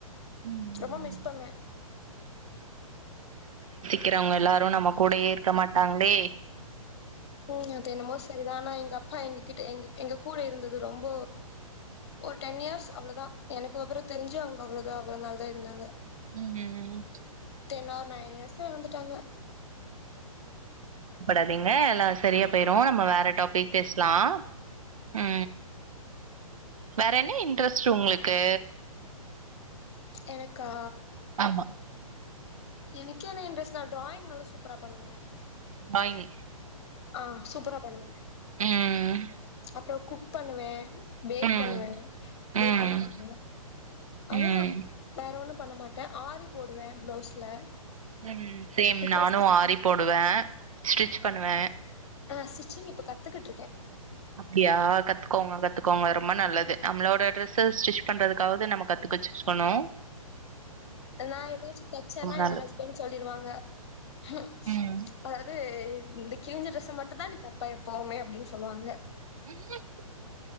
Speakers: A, on the right; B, on the left.
A: ம்
B: ரொம்ப மிஸ் பண்ணுவே
A: கிறவங்க எல்லாரு நம்ம கூடயே இருக்க மாட்டாங்களே
B: உ அது என்னமோ சரிதா ஆனா எங்க அப்பா எங்க கிட்ட எங்க எங்க கூட இருந்தது ரொம்ப ஒரு டென் இயர்ஸ் அவ்ளதா எனக்கு விவரோ தெரிஞ்சு அவங்க அவ்ளதா அவ்ள நாள் தா இருந்தாங்க
A: உ
B: என்ன ஒரு நயன் இயர்ஸ்ல எறந்துட்டாங்க
A: படாதீங்க எல்லா சரியா போயிரு நம்ம வேற டாபிக் பேசலா உ வேற என்ன இன்ட்ரெஸ்ட் உங்களுக்கு
B: எனக்கா
A: ஆமா
B: எனக்கு என்ன இன்ட்ரெஸ்ட் நா டிராயிங் நல்ல சூப்பரா பண்ணுவே
A: ட்ராயிங்
B: ஆ சூப்பரா பண்ணுவே
A: ம்
B: அப்றோ குக் பண்ணுவே பேக்
A: ம்
B: பண்ணுவே
A: ம்
B: பேக்கிங் பண்ணுவே அவ்ளதா
A: ம்
B: வேற ஒண்ணு பண்ண மாட்டே ஆரி போடுவே பிளவுஸ்ல
A: உ சேம்
B: இப்ப
A: நானு
B: ஸ்டிச்
A: ஆறி போடுவே ஸ்டிச் பண்ணுவே
B: ஆ ஸ்டிச்சிங் இப்ப கத்துக்கிட்டு இருக்கே
A: அப்டியா கத்துக்கோங்க கத்துக்கோங்க ரொம்ப நல்லது நம்மளோட ட்ரெஸ்ஸ ஸ்டிச் பண்றதுக்காவது நம்ம கத்துக்கச்சூஸ் பன்ணு
B: நா ஏதாச்சு தச்சேன்னா
A: நல்லது
B: எ ஹஸ்பண்ட் சொல்லிருவாங்க உ
A: ம்
B: அதாவது இந்த கிளிஞ்ச டிரெஸ்ச மட்டுந்தா நீ தப்ப எப்போவுமே அப்டின்னு சொல்லுவாங்க
A: <unintelligible>